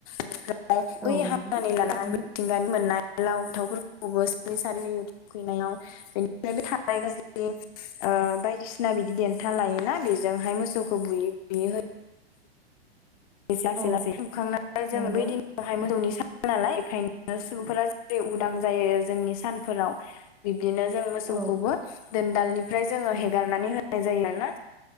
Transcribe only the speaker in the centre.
औ नंगौ
थारैनो
औ
नंगौ
औ